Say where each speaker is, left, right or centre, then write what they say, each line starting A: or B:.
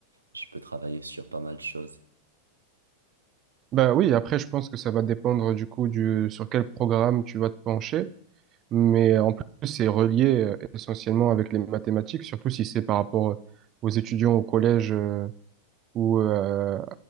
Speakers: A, on the right; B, on the right.
A: Je peux travailler sur pas mal de choses.
B: Bah oui, après je pense que ça va dépendre du coup du sur quel programme tu vas te pencher. Mais en plus, c'est relié euh, essentiellement avec les mathématiques, surtout si c'est par rapport euh, aux étudiants au collège euh, ou euh,